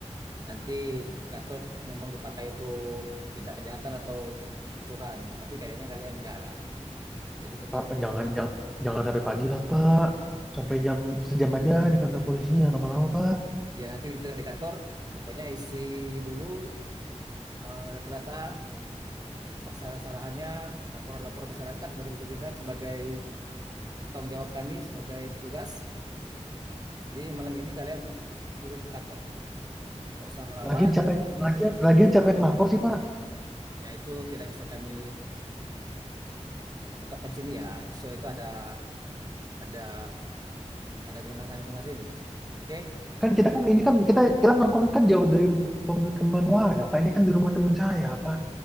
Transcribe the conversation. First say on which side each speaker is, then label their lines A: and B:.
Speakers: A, on the right; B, in the centre.
A: nanti di kantor memang dipakai untuk tindak kejahatan atau kerusuhan. Tapi kayaknya kalian enggak lah. Jadi tetap
B: Pak, jangan, jangan, jangan sampai pagi lah, Pak. Sampai jam sejam aja di kantor polisinya lama-lama, Pak.
A: ya nanti kita di kantor pokoknya isi dulu eh, data-data apa kesalahan-kesalahannya, lapor-lapor masyarakat sebagai tindak sebagai tanggung jawab kami sebagai petugas. Jadi malam ini kalian ikut dulu ke kantor. Kalau usah melawan,
B: Lagian siapa yang, lagian, lagian siapa yang lapor sih, Pak?
A: ya itu tidak bisa kami ungkapkan di sini ya. So itu ada ada ada kewenangan masing-masing. Oke?
B: Kan kita kan ini kan kita kita nongkrong kan jauh dari rumah pemukiman warga, Pak. Ini kan di rumah teman saya, Pak.